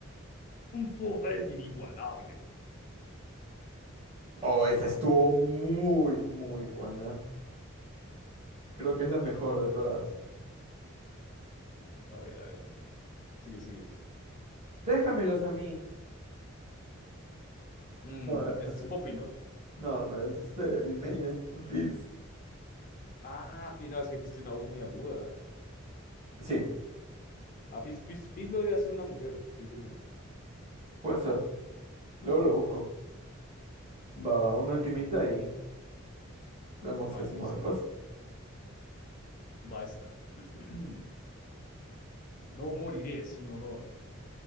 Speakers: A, on the left; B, on the right.
A: Un poder inigualable.
B: Oh, esa estuvo muy, muy buena. Creo que es la mejor de todas.
A: A ver, a ver, sigue, sigue.
B: Déjamelos a mí.
A: Mm,
B: No, las
A: ese
B: frases.
A: es Poppy, ¿no?
B: No, no, es este. Mi main es this.
A: Ah, Fizz, no, es que Fizz tiene una voz muy aguda.
B: Sí,
A: A Fizz, Fizz- Fizz lo debe hacer una mujer, estoy seguro.
B: puede ser. Luego lo busco. Va, va, una ultimita y vemos
A: Vale,
B: qué hacemos
A: listo.
B: después.
A: Va esta. <clears throat> No moriré sin honor.